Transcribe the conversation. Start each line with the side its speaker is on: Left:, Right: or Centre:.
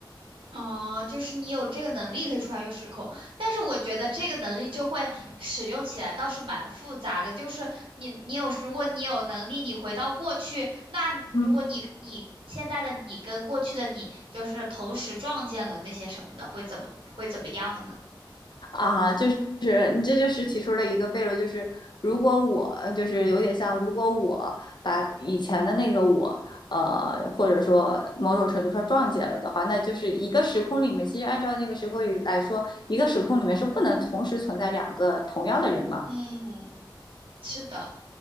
Right: 哦，就是你有这个能力可以穿越时空，但是我觉得这个能力就会使用起来倒是蛮复杂的。就是你，你有，如果你有能力，你回到过去，那如果你你现在的你跟过去的你就是同时撞见了那些什么的，
Left: 嗯。
Right: 会怎么会怎么样呢？
Left: 啊，就是你这就是提出了一个悖论，就是如果我就是有点像，如果我把以前的那个我，呃，或者说某种程度上撞见了的话，那就是一个时空里面，其实按照那个时空里来说，一个时空里面是不能同时存在两个同样的人嘛。
Right: 嗯，是的。